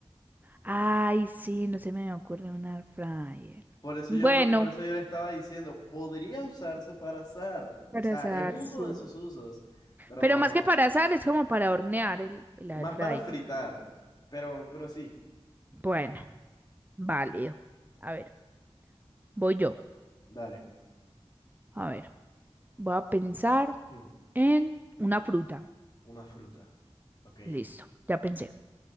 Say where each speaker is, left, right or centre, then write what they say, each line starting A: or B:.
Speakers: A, on the right; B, on the left.
A: Ay, sí, no se me ocurre un air fryer.
B: Por eso
A: Bueno,
B: yo no, por eso yo le estaba diciendo, podría usarse para asar. O
A: para
B: sea,
A: asar,
B: es uno
A: sí.
B: de sus usos, pero
A: Pero
B: no.
A: más que para asar, es como para hornear el, el air
B: Más
A: fryer.
B: para fritar. Pero, pero sí,
A: Bueno, válido. A ver, voy yo.
B: dale.
A: A ver, voy a pensar
B: Hmm,
A: en una fruta.
B: Una fruta. Ok. Eh,
A: Listo, ya pensé.